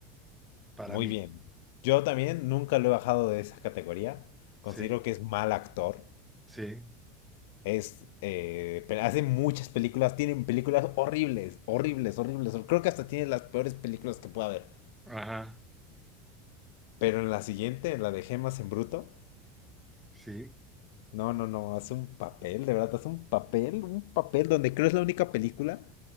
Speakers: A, in the centre; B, on the left (about 65°).
A: para
B: Muy
A: mí.
B: bien. Yo también nunca lo he bajado de esa categoría. Considero
A: Sí,
B: que es mal actor.
A: sí.
B: Es, eh, pe- hace muchas películas, tienen películas horribles, horribles, horribles. Creo que hasta tiene las peores películas que pueda haber.
A: Ajá.
B: Pero en la siguiente, en la de Gemas en Bruto,
A: Sí.
B: no, no, no, hace un papel, de verdad, hace un papel, un papel donde creo es la única película